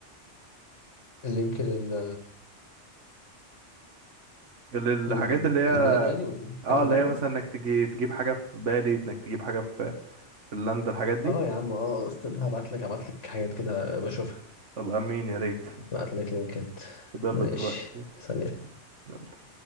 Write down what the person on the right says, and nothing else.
للحاجات
اللي هي
اه اللي
هي
مثلا انك تجي تجيب حاجة في بالي انك تجيب حاجة في فنلندا الحاجات دي
طب امين يا ريت
طب يلا
دلوقتي
يلا